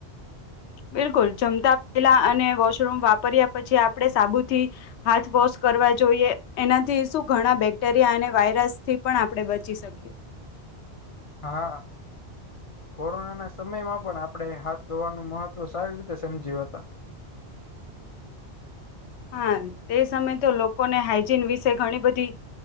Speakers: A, on the left (about 80°); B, on the left (about 50°).
A: બિલકુલ જમતા પેલા અને વોશરૂમ વાપર્યા પછી આપણે સાબુથી હાથ વોશ કરવા જોઈએ એનાથી શું ઘણા બેક્ટેરિયા અને વાયરસથી પણ આપણે બચી શકીએ
B: હા. કોરોનાના સમયમાં પણ આપણે હાથ ધોવાનું મહત્વ સારી રીતે સમજ્યું હતા
A: હા તે સમયે તો લોકોને હાઈજીન વિશે ઘણી બધી